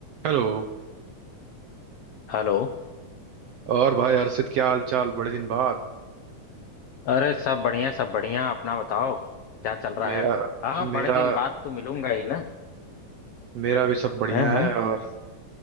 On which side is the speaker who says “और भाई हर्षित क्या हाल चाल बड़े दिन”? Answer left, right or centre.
Right